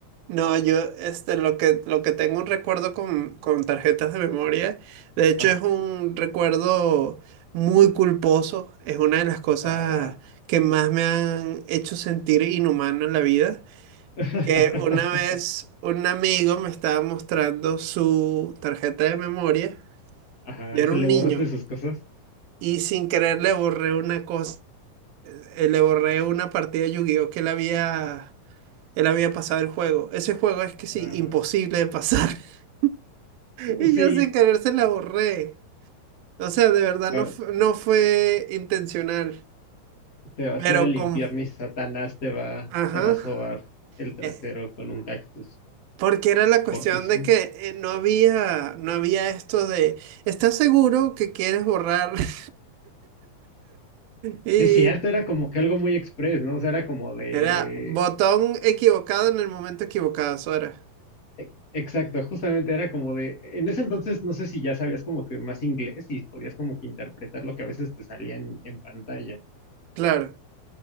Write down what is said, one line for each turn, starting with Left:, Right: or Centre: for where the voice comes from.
Right: no, yo este, lo que, lo que tengo un recuerdo con, con tarjetas de memoria, de hecho
Left: Ajá,
Right: es un recuerdo muy culposo, es una de las cosas
Left: guau.
Right: que más me han hecho sentir inhumano en la vida,
Left: <laughs>
Right: que una vez un amigo me estaba mostrando su tarjeta de memoria,
Left: Ajá,
Right: yo era
Left: ¿se
Right: un
Left: le borraste
Right: niño
Left: sus cosas?
Right: y sin querer le borré una cosa eh, le borré una partida de Yu-Gi-Oh! que él había, él había pasado el juego. Ese juego es que sí,
Left: Ah,
Right: imposible de pasar. <laughs> Y
Left: sí,
Right: yo sin querer se la borré. O sea, de verdad
Left: va-
Right: no, fu- no fue intencional.
Left: te vas
Right: Pero
Left: a ir al
Right: con...
Left: infierno y Satanás te va,
Right: Ajá.
Left: te va a sobar el trasero
Right: Eh,
Left: con un cactus
Right: Porque era la
Left: por
Right: cuestión
Left: tus...
Right: de
Left: Sí,
Right: que eh, no había, no había esto de, ¿estás seguro que quieres borrar? <laughs> Y
Left: es cierto, era como que algo muy express, ¿no? O sea, era como de...
Right: era botón equivocado en el momento equivocado, Sora.
Left: e- Exacto, justamente era como de... En ese entonces no sé si ya sabías como que más inglés y podías como que interpretar lo que a veces te salía en en pantalla.
Right: Claro,